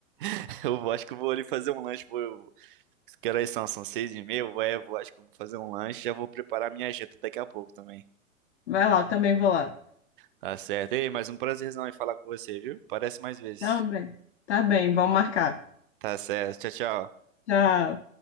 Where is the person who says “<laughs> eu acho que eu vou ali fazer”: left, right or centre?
Right